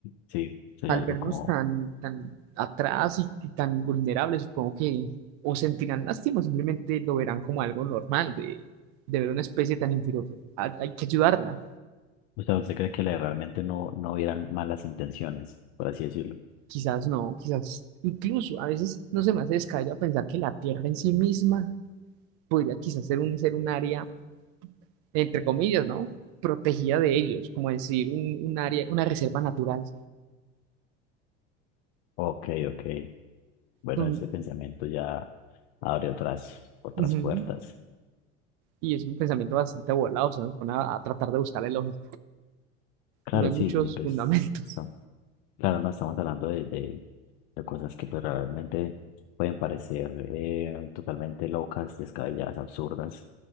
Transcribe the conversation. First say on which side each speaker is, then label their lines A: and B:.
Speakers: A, on the left; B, on the right.
A: sí, sería
B: al
A: algo
B: vernos
A: como
B: tan, tan atrás y, y tan vulnerables, supongo que o sentirán lástima o simplemente lo verán como algo normal de, de ver una especie tan inferior. Hay, hay que ayudarla.
A: O sea, ¿usted cree que le- realmente no, no hubieran malas intenciones, por así decirlo?
B: Quizás no, quizás incluso a veces no se me hace descabellado pensar que la Tierra en sí misma podría quizás ser un, ser un área, entre comillas, ¿no? Protegida de ellos, como decir, un, un área, una reserva natural.
A: Ok, ok. Bueno,
B: Un-
A: ese pensamiento ya abre otras, otras
B: ujú.
A: puertas.
B: Y es un pensamiento bastante volado, se nos pone a, a tratar de buscarle lógica.
A: Claro,
B: No hay muchos
A: sí, y pues,
B: fundamentos.
A: son- Claro, no estamos hablando de, de, de cosas que pues, realmente pueden parecer eh, totalmente locas, descabelladas, absurdas,